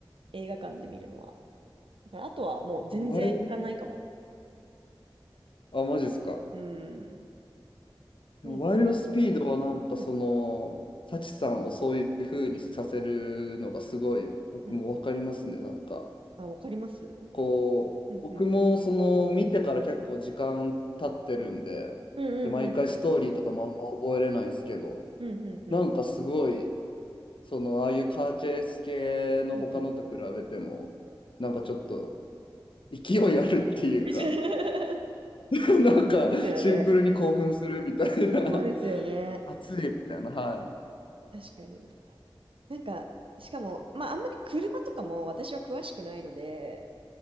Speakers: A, on the right; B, on the left.
A: 映画館で見るのは。だから、あとはもう全然行かないかも。
B: ワイ、あ、マジっすか。
A: うん。なんだろ
B: ワイルドスピードはなんかその、
A: う。うん。
B: サチさんをそういう風にさせるのがすごい僕もわかりますね。
A: うん。
B: なんか、
A: あ、わかります
B: こう、
A: うんうん。
B: 僕もその見てから結構時間経ってるんで、
A: うんうんうんうん。
B: で、毎回ストーリーとかもあんま覚えれないですけど、
A: うんうんうん。
B: なんかすごい、その、ああいうカーチェイス系の他のと比べても、
A: うんうんうん
B: なんかちょっと勢いあるっていうか、
A: <laughs>
B: <laughs> なんかシンプルに興奮するみたいな、
A: ですよね。そうですよね。
B: 熱いみたいな、はい。
A: 確かに。なんか、しかも、まあ、あんまり車とかも私は詳しくないので、